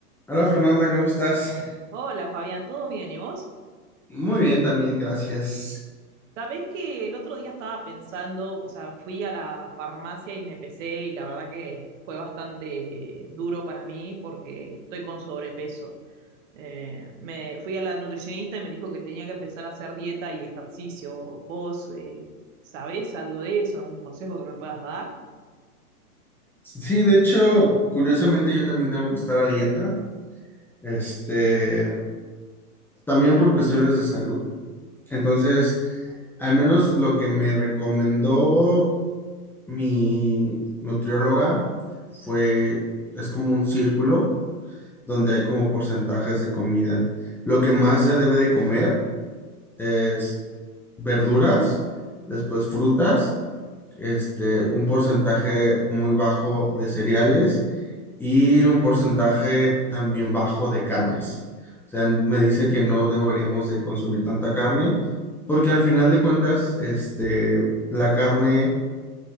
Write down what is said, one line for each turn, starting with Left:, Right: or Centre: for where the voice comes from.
Centre: Hola Fernanda, ¿cómo estás?
Right: Hola Fabián, ¿todo bien? ¿Y vos?
Centre: Muy bien también, gracias.
Right: Sabés que el otro día estaba pensando, o sea, fui a la farmacia y me pesé y la verdad que fue bastante duro para mí porque estoy con sobrepeso. Eh, me fui a la nutricionista y me dijo que tenía que empezar a hacer dieta y ejercicio. ¿Vos eh, sabés algo de eso? ¿Algún consejo que me puedas dar?
Centre: Sí, de hecho, curiosamente yo también tengo que estar a dieta, este, también por cuestiones de salud. Entonces, al menos lo que me recomendó mi nutrióloga fue, es como un círculo donde hay como porcentajes de comida. Lo que más se debe de comer es verduras, después frutas. este, un porcentaje muy bajo de cereales y un porcentaje también bajo de carnes. O sea, me dice que no deberíamos de consumir tanta carne porque al final de cuentas, este, la carne